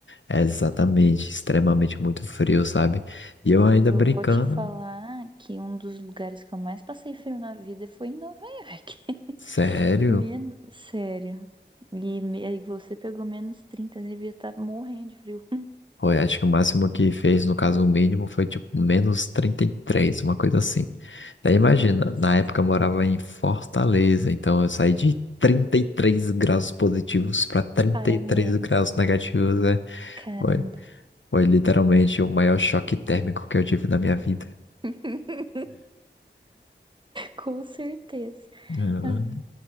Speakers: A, on the left; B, on the right.
A: é exatamente, extremamente muito frio, sabe? E eu ainda
B: E vou,
A: brincando,
B: vou te falar que um dos lugares que eu mais passei frio na vida foi em Nova York. <laughs>
A: sério?
B: Menos, sério. E me- aí você pegou menos trinta. devia estar morrendo de frio.
A: Foi, acho que o máximo que fez, no caso, o mínimo foi tipo menos 33, uma coisa assim. Daí imagina,
B: Nossa,
A: na época eu morava em Fortaleza, então eu saí de 33 graus positivos para trinta
B: para
A: e três
B: menos.
A: graus negativos, né?
B: Caramba,
A: Foi, foi literalmente o maior choque térmico que eu tive na minha vida.
B: <laughs> com certeza.
A: Ah,
B: Ah,